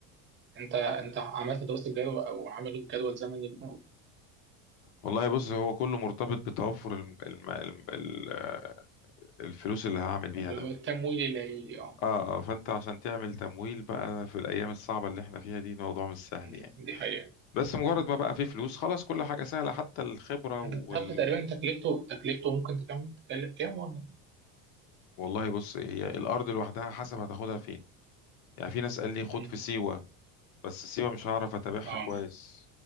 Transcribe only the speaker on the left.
والله بص هو كله مرتبط بتوفر الم- الم- الم- ال- آه، الفلوس اللي هعمل بيها
ده
اه اه فانت عشان تعمل تمويل بقى في الايام الصعبه اللي احنا فيها دي موضوع مش سهل
يعني
بس مجرد
ما بقى في فلوس خلاص كل حاجه سهله حتى الخبره وال...
والله بص هي الارض لوحدها حسب هتاخدها فين يعني في ناس قال لي خد
في سيوه بس سيوه مش هعرف اتابعها
كويس